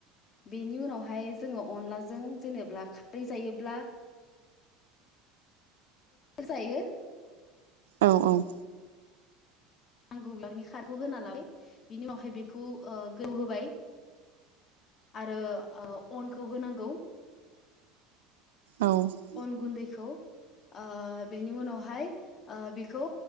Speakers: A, on the left (about 45°); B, on the right (about 80°).
A: बेनि उनावहाय जोङो अनलाजों जेनेब्ला खारै जायोब्ला होजायो।
B: औ औ
A: नांगौब्ला बिनि खारखौ होना लाबाय बिनि उनावहाय बेखौ ओ गोदौ होबाय आरो अनखौ होनांगौ।
B: औ
A: अनगुन्दैखौ ओ बेनि उनावहाय ओ बेखौ